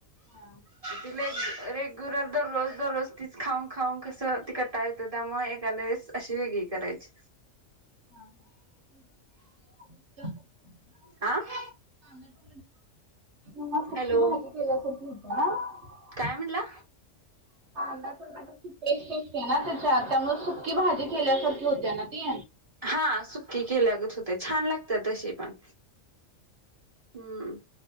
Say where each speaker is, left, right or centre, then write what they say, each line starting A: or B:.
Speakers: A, on the right; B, on the right.
A: हा
B: तिला रेग्युलर दररोज दररोज तीच खाऊन खाऊन कसं, ती कंटाळ येतं. त्यामुळे एखाद्या वेळेस अशी वेगळी करायची.
A: हां हां. म्हणजे मी जितकी भाजी केल्यासारखी होती ना
B: <unintelligible> हम्म.
A: कांदा टमाट्याची, <unintelligible> सुकी
B: हॅलो
A: भाजी केल्यासारखी होत्या ना?
B: काय म्हणला?
A: कांदा पण आणि ती पेस्ट असते ना, त्याच्यामुळे सुक्की भाजी केल्यासारखी होत्या ना ती.
B: हा सुकी केल्यागत हुतंय. छान लागत्या तशीपण. हम्म.